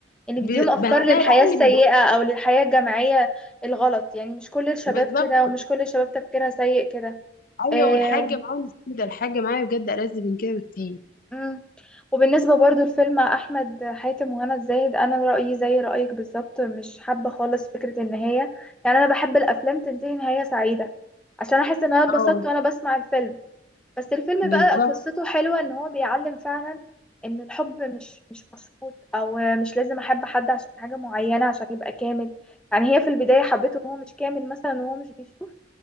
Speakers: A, in the centre; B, on the left (about 50°).
A: يعني بيديهم
B: ب...
A: افكار
B: ما
A: للحياة
B: ده بقى
A: السيئة
B: اللي
A: او للحياة الجامعية الغلط يعني مش كل الشباب
B: بالظبط
A: كده ومش كل الشباب تفكيرها سيء كده
B: أيوه
A: آه
B: والحاجة
A: و-
B: معايا مش كده الحاجة معايا بجد ألذ من كده بكتير
A: مم. وبالنسبة برضو لفيلم احمد حاتم وهنا الزاهد انا رأيي زي رأيك بالظبط مش حابة خالص فكرة النهاية يعني انا بحب الافلام تنتهي نهاية سعيدة عشان احس ان انا اتبسطت
B: اه
A: وانا بسمع الفيلم بس الفيلم
B: بالظبط
A: بقى قصته حلوة ان هو بيعلم فعلا ان الحب مش مش مشروط او مش لازم احب حد عشان حاجة معينة عشان يبقى كامل يعني هي في البداية حبته وهو مش كامل مثلا وهو مش بيشوف